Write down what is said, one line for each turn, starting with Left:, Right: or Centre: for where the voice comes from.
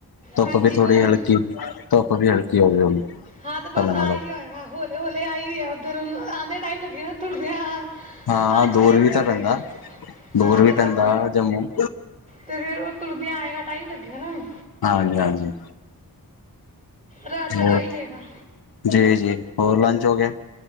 Left: ਧੁੱਪ
Right: ਹਾਂਜੀ
Left: ਵੀ ਥੋੜ੍ਹੀ
Right: ਕੋਈ ਨਹੀਂ
Left: ਹਲਕੀ, ਧੁੱਪ ਵੀ ਹਲਕੀ ਹੋ ਗਈ ਹੁਣ।
Right: ਹਾਂ ਤੇ ਬਸ
Left: ਪਹਿਲਾਂ
Right: ਆ
Left: ਨਾਲੋਂ
Right: ਹੀ ਰਿਹਾ ਹੋ ਹੈਗਾ, ਹੌਲੇ ਹੌਲੀ ਆਹੀ ਰਿਹਾ ਉੱਧਰ ਨੂੰ। ਆਨਦਿਆ ਟਾਈਮ ਲੱਗੇਗਾ ਤੁਰਦਿਆਂ ਆਆਆ
Left: ਹਾਂ
Right: ਆਚ
Left: ਦੂਰ
Right: ਟਾਈਮ
Left: ਵੀ
Right: ਲੱਗੇਗਾ।
Left: ਤਾਂ ਪੈਂਦਾ ਦੂਰ
Right: ਹਾਂ ਤੇ
Left: ਵੀ
Right: ਬਸ
Left: ਪੈਂਦਾ ਜੰਮੂ
Right: ਤੇ ਫੇਰ ਉਹ ਤੁਰਦਿਆਂ ਆਏਗਾ ਟਾਈਮ ਲੱਗੇਗਾ ਨਾ ਓਨੁ।
Left: ਹਾਂਜੀ ਹਾਂਜੀ।
Right: ਰਾਤ ਤੱਕ
Left: ਹੋਰ,
Right: ਆ ਹੀ ਜਾਏਗਾ
Left: ਜੀ ਜੀ, ਹੋਰ ਲੰਚ ਹੋ ਗਿਆ।